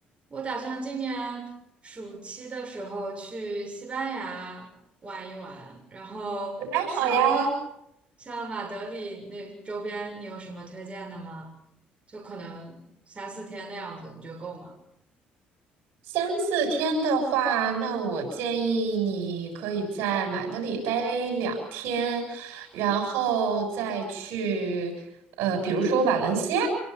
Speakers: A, on the right; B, on the right.
A: 我打算今年暑期的时候去西班牙玩一玩，然后像
B: 大家好呀，
A: 像马德里那周边，你有什么推荐的吗？就可能三四天那样子，你觉得够吗？
B: 三四天的话，那我建议你可以在马德里待两天，然后再去呃，比如说瓦伦西亚